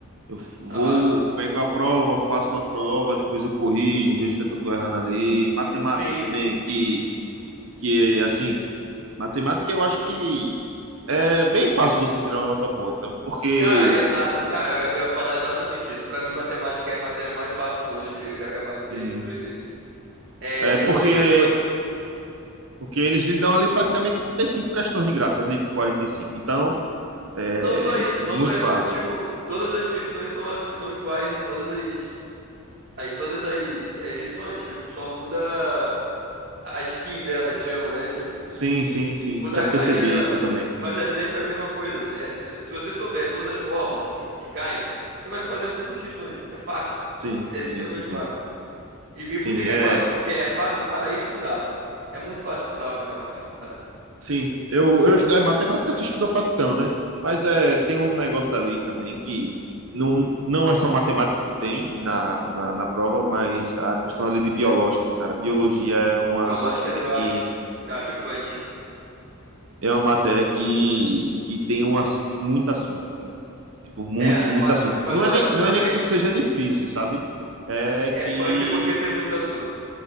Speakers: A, on the right; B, on the right.
A: Eu vou,
B: Aham.
A: pego a prova, faço a prova, depois eu corrijo, vejo o que é que eu tô errando ali. Matemática
B: Sim,
A: também,
B: sim.
A: que que, assim, matemática eu acho que é bem fácil você tirar uma nota boa, sabe? Porque,
B: Cara, exato. Cara, eu, eu ia falar exatamente isso. Para mim, matemática é a matéria mais fácil de longe, eu já gabaritei
A: sim,
B: inúmeras vezes. É,
A: é
B: e
A: porque,
B: eu não entendo como é.
A: porque eles lhe dão ali praticamente 35 questões de graça, né, de quarenta e cinco Então, é,
B: Não só isso,
A: tipo,
B: não
A: muito
B: só isso,
A: fácil.
B: como, tipo, todas as questões são, a- são iguais em todas as, em todas as, as edições. Tipo, só muda a skin dela que chama, né? Tipo,
A: Sim, sim, sim.
B: muda
A: Já
B: a
A: percebi
B: carinha dela,
A: isso
B: mas,
A: também.
B: mas é sempre a mesma coisa. Se, é- se se você souber todas as fórmulas que, que caem, você vai fazer todas as questões. É fácil.
A: Sim,
B: É, é literalmente
A: sim, sim, sim.
B: fácil. E, e por
A: Sim,
B: que que
A: é,
B: é fácil? Porque é fácil para estudar. É muito fácil estudar matemática, sabe?
A: Sim, eu, eu estu- é matemática se estuda praticando, né? Mas é, tem um negócio ali também que não, não é só matemática que tem na, na, na prova, mas a questão ali de biológicas, cara. Biologia é uma
B: Biológicas
A: matéria
B: eu acho,
A: que
B: eu acho punk, hein?
A: é uma matéria que, que tem um, ass- muito assunto, velho. Tipo, muito,
B: É,
A: muito
B: mas,
A: assunto.
B: mas
A: Não
B: olha,
A: é nem, não
B: também.
A: é nem que seja difícil, sabe? É que
B: É punk porque tem muito assunto.